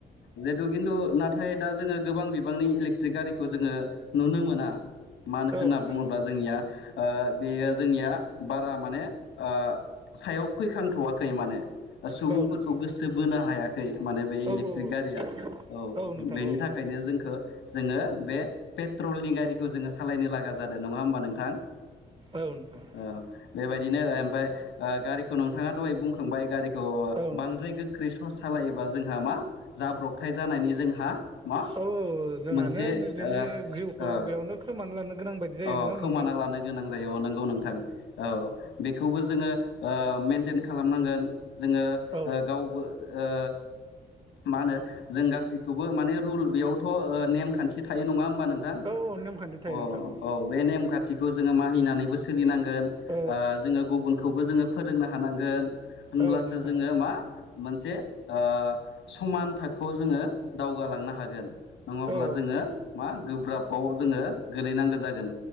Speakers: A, on the left; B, on the right.
A: जेहेथु खिन्थु नाथा थाय दा जोङो गोबां बिबांनि इलेक्ट्रिक गारिखौ जोङो नुनो मोना। मानो
B: औ
A: होनना
B: नोंथां
A: बुङोब्ला
B: औ
A: जोंनिया ओ बेयो जोंनिया बारा माने। ओ सायाव फैखांथवाखै माने सुबुंफोरखौ
B: नोंथां औ नोंथां
A: गोसो बोनो हाया। खै माने बे इलिक्ट्रिक
B: औ औ
A: गारिया औ
B: नोंथां
A: बेनि
B: औ
A: थाखायनो
B: नंगौ
A: जोंखो जोङो बे पेट्रलनि गारिखौ जोङो सालायनो लागा जादों नङा होमबा नोंथां।
B: औ नोंथां।
A: औ बेबायदिनो ओमफ्राय ओ गारिखौ नोंथाङा दहाय बुंखांबाय गारिखौ
B: औ नोंथां
A: बांद्राय गोख्रै सस सालायोबा जोंहा मा जाब्रबथाय जानायनि जोंहा मा
B: औ औ जोंहानो
A: मोनसे
B: निजेनि
A: ओस
B: जिउखौ
A: ओ
B: बेयावनो खोमाना लानो गोनां बायदि जायो
A: औ
B: नङा होमबा
A: खोमाना लानो गोनां जायो औ नोंगौ नोंथां औ। बेखौबो जोङो ओ मेेनटेन खालामनांगोन जोङो
B: औ
A: ओ
B: औ
A: गावबो ओ। मा होनो जों गासैखौबो माने रुल बेयावथ ओ नेमखान्थि थायो नङा होमबा नोंथां।
B: औ नेमखान्थि थायो
A: अ
B: नोंथां औ।
A: बे नेमखाथिखौ जोङो मानिनानैबो सोलिनांगोन ओ
B: औ
A: जोङो गुबुनखौबो जोङो फोरोंनो हानांगोन होनब्लासो
B: औ औ नोंथां
A: जोङो
B: औ
A: मा मोनसे ओ समान थाखोआव जोङो दावगालांनो हागोन। नङाब्ला
B: औ औ
A: जोङो मा गोब्राबाव जोङो गोलैनांगौ जागोन।